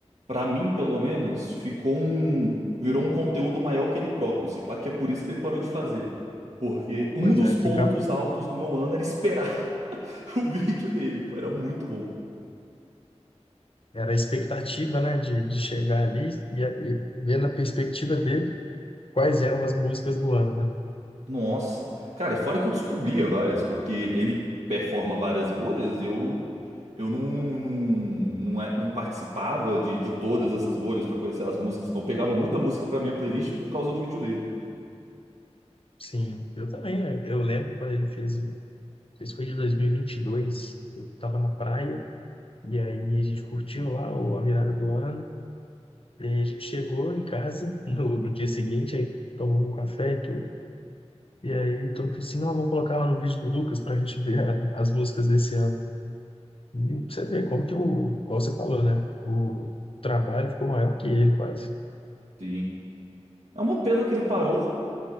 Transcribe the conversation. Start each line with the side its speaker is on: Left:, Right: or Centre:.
Right: Pra mim, pelo menos, ficou um. Virou um conteúdo maior que ele próprio. Se pá, que é por isso que ele parou de fazer. Porque um
Left: Pois
Right: dos
Left: é,
Right: pontos
Left: ficava,
Right: altos do meu ano era esperar <laughs> o vídeo dele, pô, era muito bom.
Left: era a expectativa, né, de, de chegar ali e, e ver na perspectiva dele quais eram as músicas do ano, né?
Right: Nossa. Cara, fora que eu descobria várias, porque ele performa várias bolhas e eu. Eu não, não, não, é- não participava de, de todas essas bolhas pra conhecer as músicas, então pegava muita música pra minha playlist por causa do vídeo dele.
Left: Sim, eu também. Eu eu lembro quando ele fez, o- fez foi de 2022. Eu estava na praia e aí a gente curtiu lá o- a virada do ano. E aí a gente chegou em casa <laughs> no, no dia seguinte, aí tomou um café e tudo. E aí todo mundo falou assim, não, vou colocar lá no vídeo do Lucas para a gente ver a- as músicas desse ano. E pra você ver como que o, como você falou, né? O trabalho ficou maior que ele quase.
Right: Sim. É uma pena que ele parou,